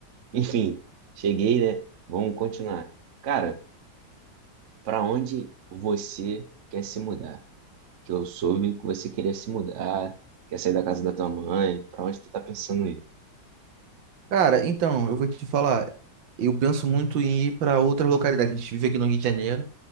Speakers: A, on the right; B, on the right.
A: Enfim, cheguei, né? Vamos continuar. Cara, para onde você quer se mudar? Que eu soube que você queria se mudar, quer sair da casa da tua mãe. Para onde tu tá pensando ir?
B: Cara, então, eu vou te falar, eu penso muito em ir para outras localidades. A gente vive aqui no Rio de Janeiro.